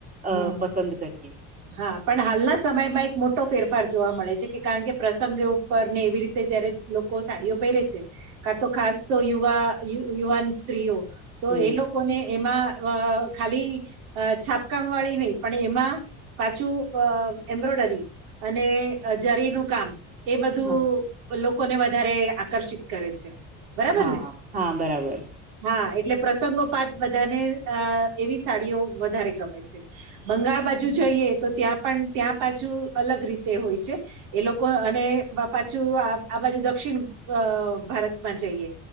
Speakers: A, on the right (about 25°); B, on the right (about 80°).
A: અ
B: હમ
A: પસંદ કરીએ,
B: હા, પણ હાલના સમયમાં એક મોટો ફેરફાર જોવા મળે છે, કે કારણ કે પ્રસંગે પર ને એવી રીતે જયારે લોકો સાડીઓ પહેરે છે, કા તો ખાસ તો યુવા યુવાન સ્ત્રીઓ તો
A: હમ
B: એ લોકોને એમાં અ ખાલી અ છાપ કામ વાળી નહી, પણ એમાં પાછું એમ્બ્રોડરી અને જરી નું કામ એ બધું
A: હા
B: લોકોને વધારે આકર્ષિત કરે છે, બરાબર
A: હા
B: ને
A: હા બરાબર
B: હા, એટલે પ્રસંગોપત બધાને અ એવી સાડીઓ વધારે ગમે, બંગાળ બાજુ જઈએ, તો ત્યાં પણ ત્યાં પાછું અલગ રીતે હોય છે. એ લોકો અને પાછું આ બાજુ દક્ષિણ ભારતમાં જઈએ,